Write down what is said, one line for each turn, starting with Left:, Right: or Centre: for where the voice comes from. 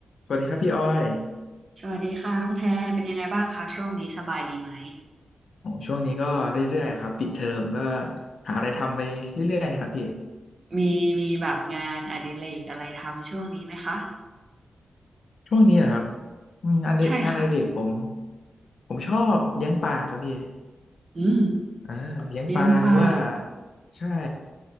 Left: สวัสดีครับพี่อ้อย
Right: สวัสดีค่ะน้องแทนเป็นยังไงบ้างคะช่วงนี้สบายดีไหม
Left: โอ้ช่วงนี้ก็เรื่อยๆครับปิดเทอมก็หาอะไรทำไปเรื่อยๆเนะครับพี่
Right: มีมีแบบงานอดิเรกอะไรทำช่วงนี้ไหมคะ
Left: ช่วงนี้เหรอครับอืมงานเดงานอดิเรกผม
Right: ใช่ค่ะ
Left: ผมชอบเลี้ยงปลาครับพี่
Right: อืม
Left: อ่าเลี้ยงปลาหรือว่า
Right: เลี้ยงปลา
Left: ใช่